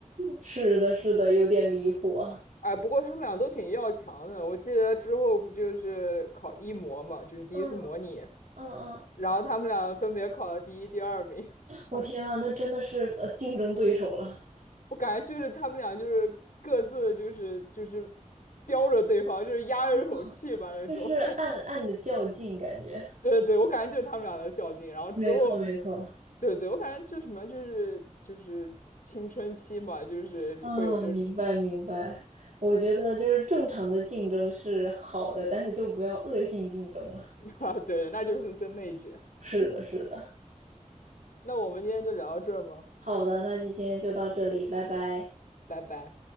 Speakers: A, on the right; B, on the left.
A: 是的，是的，有点离谱啊。
B: 哎，不过他们俩都挺要强的。我记得之后不就是考一模嘛，就是第一次模拟，
A: 嗯嗯嗯，
B: 然后他们俩分别考了第一、第二名。<laughs>
A: 我天啊，那真的是呃竞争对手了。
B: 我感觉就是他们俩就是各自就是就是标着对方，就是压着一口气吧那种。
A: 嗯。就是暗暗的较劲感觉。
B: <laughs> 对对，我感觉就是他们俩在较劲，
A: <laughs>
B: 然后之后，
A: 没错，没错。
B: 对对，我感觉就什么就是就是青春期嘛，就是会有这种
A: 嗯，明白明白。我觉得就是正常的竞争是好的，但是就不要恶性竞争了。
B: <laughs> 啊，对，那就是真内卷。
A: <laughs> 是的，是的。
B: 那我们今天就聊到这儿吗？
A: 好的，那今天就到这里，拜拜。
B: 拜拜。